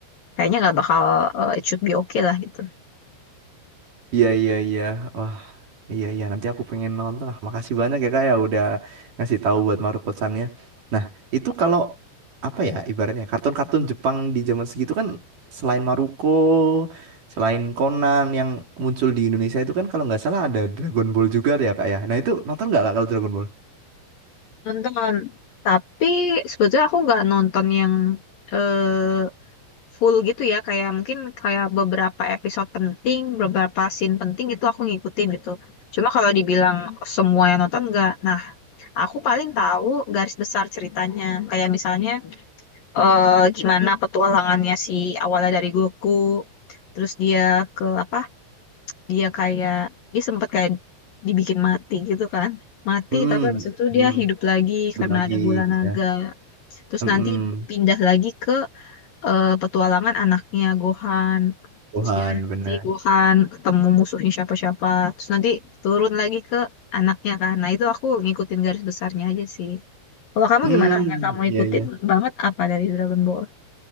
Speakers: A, on the left; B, on the right.
A: kayaknya nggak bakal eh, it should be okay lah gitu
B: Iya, iya, iya. Wah, iya, iya. Nanti aku pengen nonton lah. Makasih banyak ya, Kak, ya udah ngasih tahu buat Maruko-sannya. Nah, itu kalau apa ya ibaratnya kartun-kartun Jepang di zaman segitu kan selain Maruko, selain Conan yang muncul di Indonesia itu kan kalau nggak salah ada Dragon Ball juga ya, Kak, ya. Nah, itu nonton nggak, Kak, kalau Dragon Ball?
A: nonton tapi sebetulnya aku nggak nonton yang eh, full gitu ya kayak mungkin kayak beberapa episode penting beberapa scene penting itu aku ngikutin gitu cuma kalau dibilang semua yang nonton nggak nah aku paling tahu garis besar ceritanya kayak misalnya eh, gimana petualangannya si awalnya dari Goku terus dia ke apa dia kayak dia sempat kayak dibikin mati gitu kan mati
B: Hmm,
A: tapi habis itu
B: hmm.
A: dia hidup lagi
B: Itu
A: karena
B: lagi,
A: ada bola naga
B: ya.
A: terus
B: Hmm,
A: nanti
B: hmm.
A: pindah lagi ke eh, petualangan anaknya Gohan
B: Gohan,
A: terus dia nanti
B: benar.
A: Gohan ketemu musuhnya siapa-siapa terus nanti turun lagi ke anaknya kan nah itu aku ngikutin garis besarnya aja sih kalau kamu
B: Hmm,
A: gimana yang kamu
B: iya,
A: ikutin
B: iya.
A: banget apa dari Dragon Ball